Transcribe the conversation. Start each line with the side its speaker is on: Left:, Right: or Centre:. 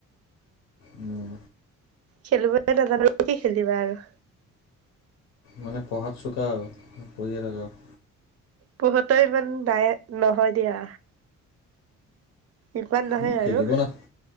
Left: উম।
Right: খেলিবই নাজানো কি খেলিবা আৰু।
Left: মানে পঢ়াত চোকা আৰু? পঢ়িয়ে থাকা আৰু।
Right: পঢ়াটো ইমান নাই নহয় দিয়া। ইমান নহয়
Left: মোক খেলিব
Right: আৰু
Left: না